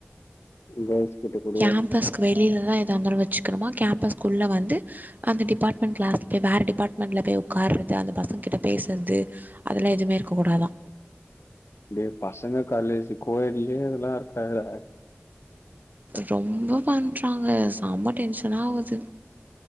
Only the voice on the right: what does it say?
கேம்பஸ்க்கு வெளியில தா எதா இர்ந்தாலு வச்சுக்கனும்மா கேம்பஸ்க்குள்ள வந்து அந்த டிபார்ட்மெண்ட் கிளாஸ்க்கே வேற டிபார்ட்மெண்ட்ல பேய் உட்காறது அந்த பசங்க கிட்ட பேஸ்றது அத எல்லா எதுமே இருக்க கூடா தா
ரொம்ப பண்றாங்க செம டென்ஷனா ஆவுது